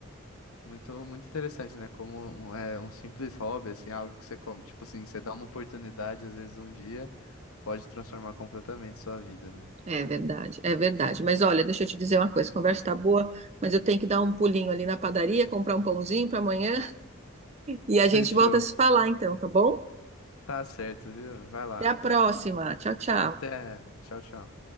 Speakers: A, on the left; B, on the right.
A: Muito, muito interessante, né? Como um, é, um simples hobby, assim, algo que você come, tipo assim, você dá uma oportunidade às vezes um dia, pode transformar completamente sua vida, né?
B: É verdade, é verdade. Mas olha, deixa eu te dizer uma coisa, a conversa tá boa, mas eu tenho que dar um pulinho ali na padaria, comprar um pãozinho para amanhã. E a gente
A: Fechou.
B: volta a se falar então, tá bom?
A: Tá certo, viu? Vai lá.
B: Até a próxima. Tchau, tchau.
A: Até. Tchau, tchau.